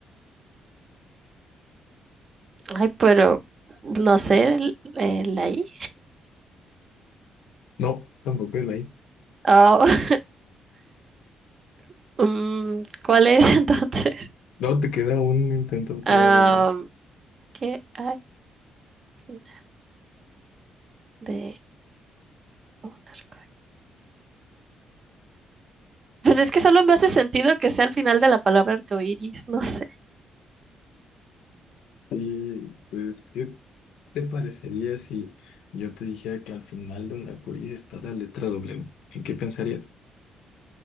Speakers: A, on the right; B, on the left.
A: Ay, pero no sé, el, el ahí.
B: no, tampoco es la I.
A: Ah, <laughs> mm, ¿cuál es <laughs> entonces?
B: No, te queda un intento
A: Ah,
B: todavía, ¿no?
A: ¿qué hay al final de un arco iris? Pues es que solo me hace sentido que sea al final de la palabra arcoíris, no sé.
B: Y pues, ¿qué? ¿Te parecería si yo te dijera que al final de un arcoíris está la letra W? ¿En qué pensarías?